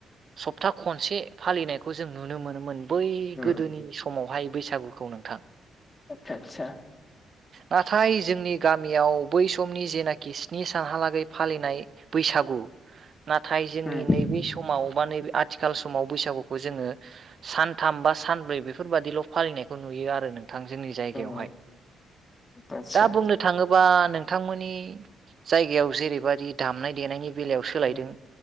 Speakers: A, on the right; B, on the left.
A: सप्ता खनसे फालिनायखौ जों नुनो मोनोमोन बै
B: उम
A: गोदोनि समावहाय बैसागुखौ नोंथां।
B: आतसा आतसा।
A: नाथाय जोंनि गामियाव बै समनि जेनाखि स्नि सानहालागै फालिनाय बैसागु नाथाय जोंनि
B: उम
A: नैबे समाव बा नैबे आथिखाल समाव बैसागुखौ जोङो सान थाम बा सानब्रै बेफोरबादिल' फालिनायखौ नुयो आरो नों थां जोंनि जायगायावहाय
B: उम आतसा
A: दा बुंनो थाङोबा नोंथांमोननि जायगायाव जेरैबायदि दामनाय देनायनि बेलायाव सोलायदों
B: उम